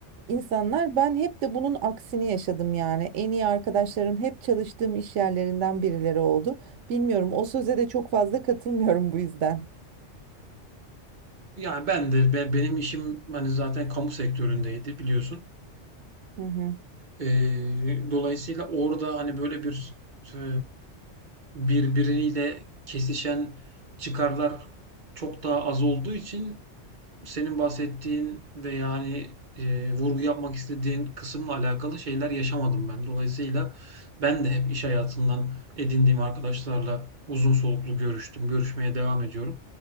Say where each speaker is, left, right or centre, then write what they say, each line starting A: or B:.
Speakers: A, on the right; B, on the right.
A: insanlar ben hep de bunun aksini yaşadım yani en iyi arkadaşlarım hep çalıştığım iş yerlerinden birileri oldu bilmiyorum o söze de çok fazla katılmıyorum bu yüzden.
B: Yani ben de be- benim işim hani zaten kamu sektöründeydi biliyorsun.
A: Hı hı.
B: Ee, dolayısıyla orada hani böyle bir e, birbiriyle kesişen çıkarlar çok daha az olduğu için senin bahsettiğin ve yani e, vurgu yapmak istediğin kısımla alakalı şeyler yaşamadım ben. Dolayısıyla ben de hep iş hayatından edindiğim arkadaşlarla uzun soluklu görüştüm, görüşmeye devam ediyorum.